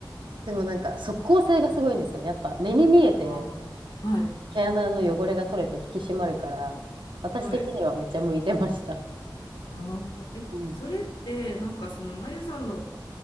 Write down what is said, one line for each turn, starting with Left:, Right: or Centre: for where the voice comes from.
Right: でもなんか即効性がすごいんですよ。やっぱ目に見えて
Left: ああ、はい、
Right: 毛穴の汚れが取れて引き締まるから、私的にはめっちゃ向いてました。
Left: はい。ああ、え、
Right: うん。
Left: それって、なんかその、まゆさんの